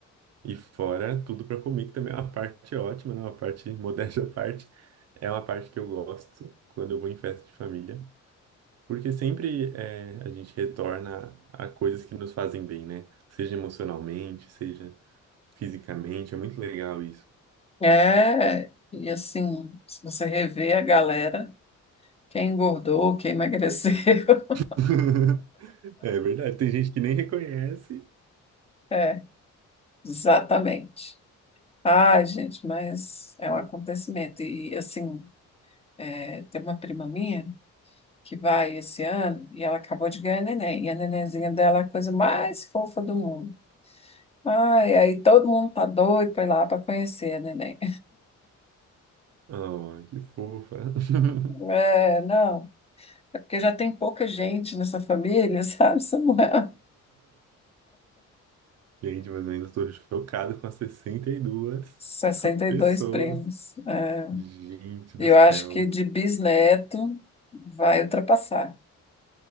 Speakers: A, on the right; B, on the left.
A: E fora tudo pra comer, que também é uma parte ótima, né? Uma parte, <laughs> modéstia à parte, é uma parte que eu gosto quando eu vou em festa de família. Porque sempre é, a gente retorna a coisas que nos fazem bem, né? Seja emocionalmente, seja fisicamente. É muito legal isso.
B: É, e assim, se você rever a galera, quem engordou, quem emagreceu, <laughs>
A: <laughs> É verdade. Tem gente que nem reconhece.
B: é, exatamente. Ai, gente, mas é um acontecimento. E assim, é, tem uma prima minha que vai esse ano e ela acabou de ganhar neném. E a nenenzinha dela é a coisa mais fofa do mundo. Ai, aí todo mundo tá doido para ir lá para conhecer a neném.
A: Oh, que fofa. <laughs>
B: É, não. É porque já tem pouca gente nessa família, <laughs> sabe, Samuel?
A: Gente, mas eu ainda estou chocado com as 62
B: sessenta e
A: pessoas.
B: dois primos. É,
A: Gente
B: eu
A: do céu.
B: acho que de bisneto vai ultrapassar.